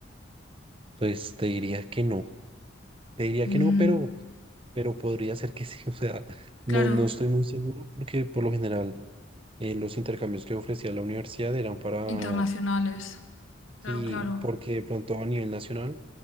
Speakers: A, on the right; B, on the left.
A: pues te diría que no, te diría
B: Mm.
A: que no, pero... pero podría ser que sí, <laughs> o sea, no,
B: Claro.
A: no estoy muy seguro porque por lo general eh, los intercambios que ofrecía la universidad eran para,
B: Internacionales. Claro,
A: y
B: claro.
A: porque de pronto a nivel nacional